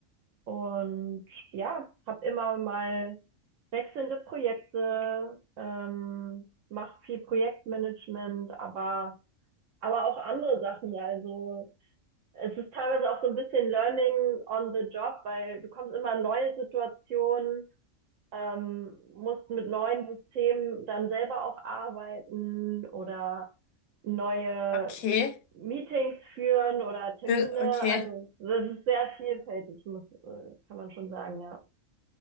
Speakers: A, on the right; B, on the left.
A: und ja, habe immer mal wechselnde Projekte, ähm, mache viel Projektmanagement, aber, aber auch andere Sachen. Also es ist teilweise auch so ein bisschen Learning on the Job, weil du kommst immer in neue Situationen, ähm, musst mit neuen Systemen dann selber auch arbeiten oder neue
B: okay,
A: Meetings führen oder Termine.
B: Hö- okay,
A: Also das ist sehr vielfältig, muss, äh, kann man schon sagen, ja.